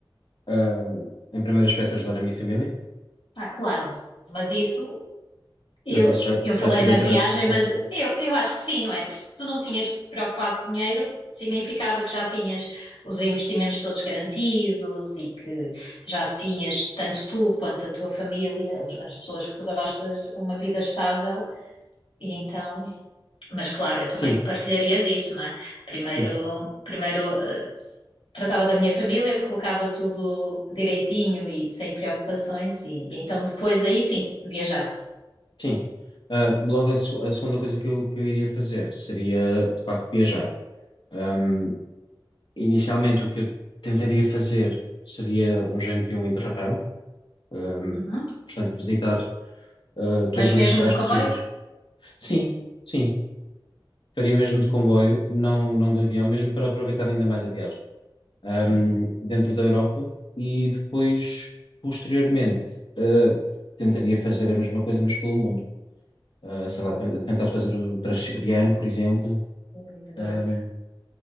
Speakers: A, on the left; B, on the left.
A: uh, em primeiro aspecto, ajudar a minha família
B: Ah, claro. Mas isso eu,
A: Mas isso já,
B: eu falei
A: já estaria
B: na viagem,
A: também pressuposto.
B: mas eu, eu acho que sim, não é? Porque se tu não tinhas que te preocupar de dinheiro, significava que já tinhas os investimentos todos garantidos e que já tinhas, tanto tu quanto a tua família, as as pessoas que tu gostas, uma vida estável E então, mas claro, eu também
A: Sim,
B: partilharia disso, não é? Primeiro,
A: sim,
B: primeiro, eh, tratava da minha família, colocava tudo direitinho e sem preocupações, e, e então depois aí sim, viajava.
A: sim. Ah, logo, a, se- a segunda coisa que eu, que eu iria fazer seria, de facto, viajar. Ahm, inicialmente, o que eu tentaria fazer seria um género de um Interrail, ahm,
B: Uhum.
A: portanto, visitar, ah, todos
B: Mas
A: os
B: mesmo
A: locais
B: de comboio?
A: possíveis. Sim, sim. Faria mesmo de comboio, não, não de avião, mesmo para aproveitar ainda mais a viagem, ahm,
B: Sim,
A: dentro da Europa e depois, posteriormente, ah, tentaria fazer a mesma coisa, mas pelo mundo. ah, sei lá, te- tentar fazer o transiberiano, por exemplo.
B: eu adorava.
A: Ahm,